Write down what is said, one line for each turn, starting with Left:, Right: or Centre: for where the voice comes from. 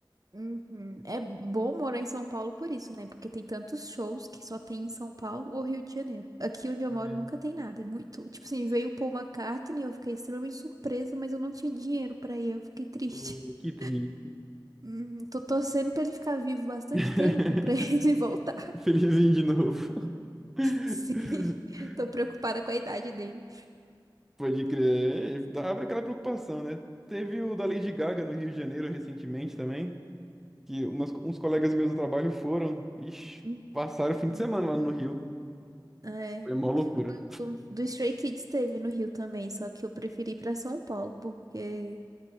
Right: Uhum. É bom morar em São Paulo por isso, né? Porque tem tantos shows que só tem em São Paulo ou Rio de Janeiro. Aqui onde eu
Centre: É,
Right: moro nunca tem nada. É muito, tipo assim, veio o Paul McCartney, eu fiquei extremamente surpresa, mas eu não tinha dinheiro pra ir, eu fiquei triste.
Centre: pô, que
Right: <laughs>
Centre: triste.
Right: Hum, tô torcendo pra ele ficar vivo bastante
Centre: <laughs>
Right: tempo pra <laughs> ele voltar.
Centre: Felizinho de novo. <laughs>
Right: Sim, tô preocupada com a idade dele.
Centre: Pode crer. É, dá- Abre aquela preocupação, né? Teve o da Lady Gaga no Rio de Janeiro recentemente também, que umas- uns colegas meus do trabalho foram. Ixi,
Right: Hum,
Centre: passaram o fim
Right: Não.
Centre: de semana lá no Rio.
Right: É,
Centre: Foi uma loucura.
Right: o- do Stray Kids teve no Rio também, só que eu preferi ir pra São Paulo, porque